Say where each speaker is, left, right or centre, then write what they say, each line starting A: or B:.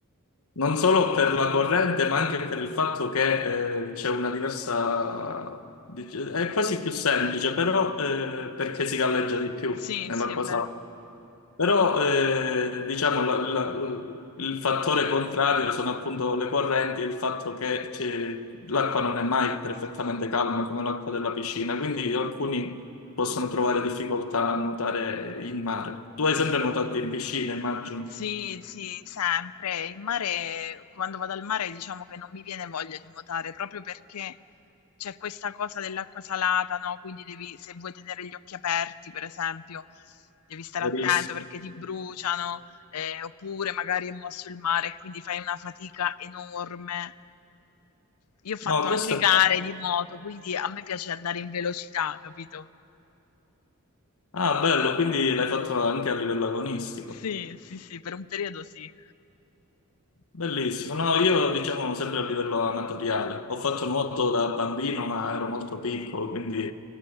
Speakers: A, on the left (about 65°); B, on the left (about 80°).
A: non solo per la corrente, ma anche per il fatto che eh, c'è una diversa... dice- È quasi più semplice, però eh, perché si galleggia di più
B: Sì,
A: nell'acqua
B: sì, è vero.
A: salata. Però eh, diciamo la- la- il fattore contrario sono appunto le correnti e il fatto che c'è- l'acqua non è mai perfettamente calma come l'acqua della piscina, quindi alcuni possono trovare difficoltà a nuotare in mare. Tu hai sempre nuotato in piscina, immagino.
B: Sì, sì, sempre. Il mare, quando vado al mare, diciamo che non mi viene voglia di nuotare, proprio perché c'è questa cosa dell'acqua salata, no? Quindi devi, se vuoi tenere gli occhi aperti, per esempio, devi stare
A: Verissimo.
B: attento perché ti bruciano, eh, oppure magari è mosso il mare e quindi fai una fatica enorme. Io ho fatto
A: No, questo
B: anche gare
A: è bello.
B: di nuoto, quindi a me piace andare in velocità, capito?
A: Ah, bello, quindi l'hai fatto anche a livello agonistico.
B: Sì, sì, sì, per un periodo sì.
A: Bellissimo. No, io diciamo sempre a livello amatoriale. Ho fatto nuoto da bambino, ma ero molto piccolo, quindi